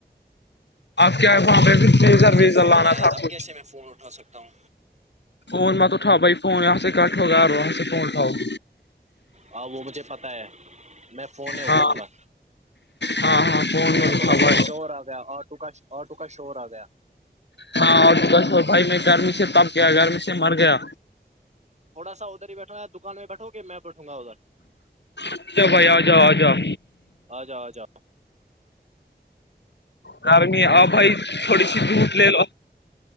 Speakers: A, on the left; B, on the right.
A: آپ کیا ہے وہاں پہ ڈیزر
B: مجھے
A: ویزر
B: فون
A: لانا
B: آیا
A: تھا
B: اب
A: کچھ
B: کیسے میں فون اٹھا سکتا ہوں
A: فون م تو اٹھاؤ بھائی فون اس کٹھ ہوگا فونٹھاؤ گ
B: ہ وہ مجھے پتہ ہے میں فون نہیں اٹھاؤں
A: ہاں
B: گا
A: ہاں ہاں فون مت
B: نا
A: اٹھاؤ
B: تھوڑا سا
A: بھائی
B: شور آ گیا آٹو کا آٹو کا شور آ گیا
A: ہاں اور بھائی میں گرمی سے تب گیا گرمی سے مر گیا
B: تھوڑا سا ادھر ہی بیٹھوں دکان میں بیٹھو گے میں بیٹھوں گا ادھر
A: اچھا بھائی آ جاؤ آ جاؤ
B: آ جاؤ آ جاؤ
A: گارمی
B: اور
A: آ بھائی تھوڑی س دودت لے ل